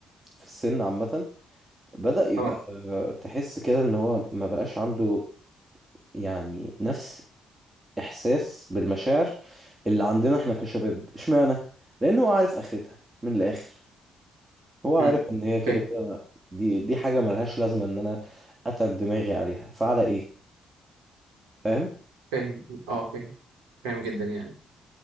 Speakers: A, on the right; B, on the right.
A: في السن عامة بدأ يبقى
B: اه
A: آه، تحس كده ان هو ما بقاش عنده يعني نفس احساس بالمشاعر اللي عندنا احنا كشباب اشمعنى لان هو عارف اخرتها من الاخر هو عارف
B: مم.
A: ان هي كده
B: فاهم
A: كده ما- دي دي حاجة ملهاش لازمة ان انا اتعب دماغي عليها فعلى ايه فاهم
B: فاهم اه فاهم فاهم جدا يعني